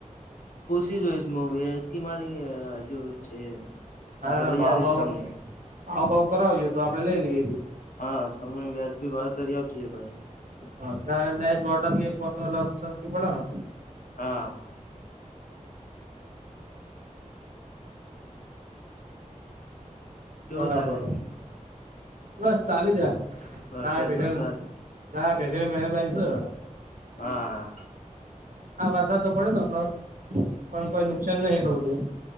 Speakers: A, on the left; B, on the right.
A: પૂછી જોઈશ મુ વેકી મારી હજુ છે નકર
B: હા
A: લઈ
B: ભાવ
A: આલીશ
B: ભાવ
A: તમને
B: ભાવ બાવ કરાવજો તો આપડે લઈ લઈએ.
A: હા તમે વ્યાજ બી ભાવે કરી આપજે ભાઈ
B: હા ડાયરેક્ટ લોટ આપીએ પાંચનો એટલે શસ્તી પડે ને.
A: હા. કેવું
B: બરાબર
A: ચાલે એમ.
B: બસ ચાલી જાય
A: વરસાદ
B: ગાય ભેગા
A: બરસાદ
B: ગાય ભેગા મહેબાની છે.
A: હા.
B: હા વારસાદ તો પડયો તો આપળ પણ કોઈ નુકસાન નહી એટલું બધું એમ.